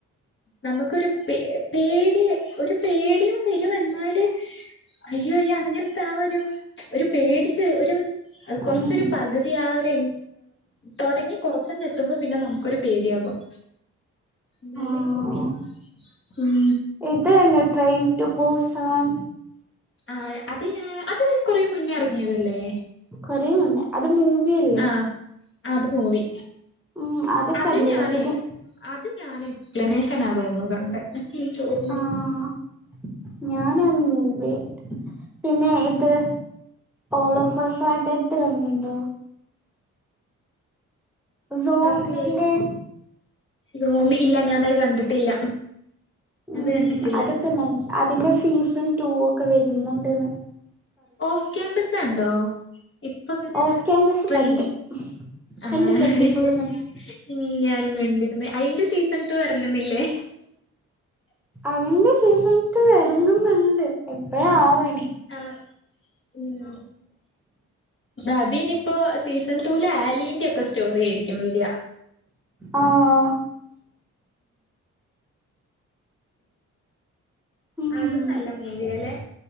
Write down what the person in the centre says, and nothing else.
ഉം
ആ
അ തന്നെ ട്രെയിൻ ടു ബൂസെവൻ
കൊറേ മുന്നേ അത് മൂവിയല്ലേ
ഉം അതൊക്കെ
അടിപൊളിയാ
പിന്നെ
ആഹ് ഞാന് ആ മൂവി പിന്നെ ഇത് ഓളോഓഫേഴസായിട്ട് എട്ട് കണ്ടിണ്ടോ സോംബിന്റെ
ഉം
അതൊക്കെ നൈസ് അതിന്റെ സീസൺ റ്റൂ ഒക്കെ വെരുന്നുണ്ട്ന്ന്
ഓഫ് ക്യാമ്പസ്
കണ്ട്
കണ്ട് കണ്ട് ഫുള്ളും
കണ്ട്
അയിൻ്റെ സീസൺ റ്റു എറങ്ങ്ന്നുണ്ട് എപ്പഴാ ആവോ എനി
ആഹ് ഉം